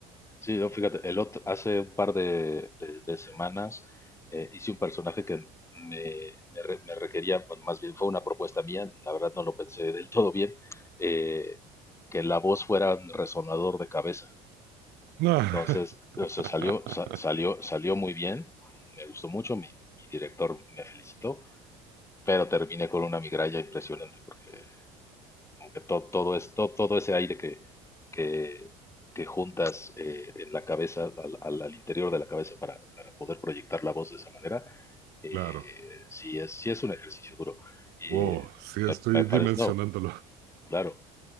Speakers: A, on the left (about 15°); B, on the right (about 65°).
A: Sí, no, fíjate, el otro, hace un par de, de- de semanas eh, hice un personaje que me, me re- me requería, bueno, más bien fue una propuesta mía, la verdad no lo pensé del todo bien, eh, que la voz fuera un resonador de cabeza.
B: Ah,
A: Entonces, o sea,
B: <laughs>
A: salió, sa- salió, salió muy bien, me gustó mucho, mi, mi director me felicitó, pero terminé con una migraña impresionante porque como que to- todo, es, to- todo ese aire que, que, que juntas eh, en la cabeza, al, al- al interior de la cabeza para, para poder proyectar la voz de esa manera, eh,
B: claro.
A: sí es, sí es un ejercicio duro. Y
B: Wow, sí,
A: me,
B: estoy
A: me parece,
B: dimensionándolo.
A: no, claro,